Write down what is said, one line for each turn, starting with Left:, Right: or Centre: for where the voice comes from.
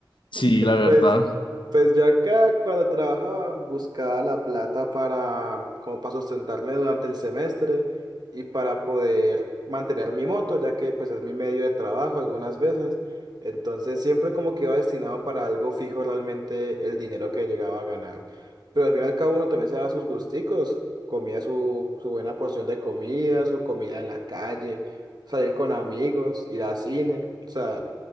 Left: Sí, la verdad.
Right: Pues, pues yo acá cuando trabajaba buscaba la plata para, como para sustentarme durante el semestre y para poder mantener mi moto, ya que pues es mi medio de trabajo algunas veces. Entonces siempre como que iba destinado para algo fijo realmente el dinero que llegaba a ganar. Pero al final y al cabo uno también se daba sus gusticos, comía su, su buena porción de comida, su comida de la calle, salir con amigos, ir al cine, o sea...